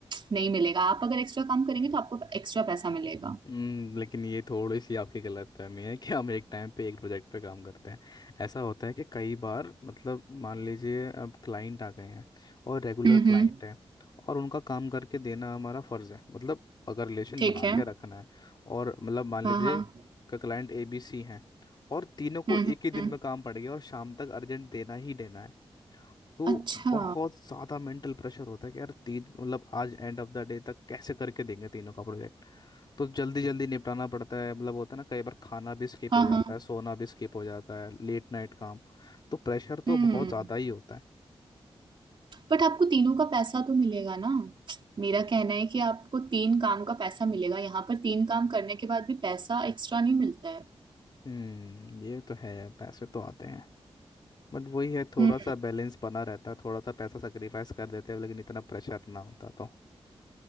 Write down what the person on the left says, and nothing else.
हम्म, लेकिन ये थोड़ी सी आपकी गलतफहमी है कि हम एक टाइम पे एक प्रोजेक्ट पे काम करते हैं ऐसा होता है कि कई बार मतलब मान लीजिए अब क्लाइंट आ गए हैं और रेगुलर
क्लाइंट
हैं और उनका काम करके देना हमारा फर्ज है मतलब अगर रिलेशन
बना
के रखना है और मतलब मान
लीजिए
क्लाइंट ए बी सी हैं और तीनों को
एक ही दिन
में काम पड़ गया और शाम तक अर्जेंट देना ही देना है तो
बहुत ज़्यादा मेंटल प्रेशर होता है कि यार तीन मतलब आज एंड ऑफ द डे तक कैसे करके देंगे तीनों का प्रोजेक्ट तो जल्दी जल्दी निपटाना पड़ता है मतलब होता है ना कई बार खाना भी स्किप
हो जाता
है सोना भी स्किप हो जाता है लेट नाइट काम तो प्रेशर
तो बहुत ज़्यादा ही होता है
हम्म ये तो है पैसे तो आते हैं बट वही है थोड़ा
सा बैलेंस बना रहता है थोड़ा सा पैसा सेक्रीफाइस कर देते हैं लेकिन इतना प्रेशर ना होता तो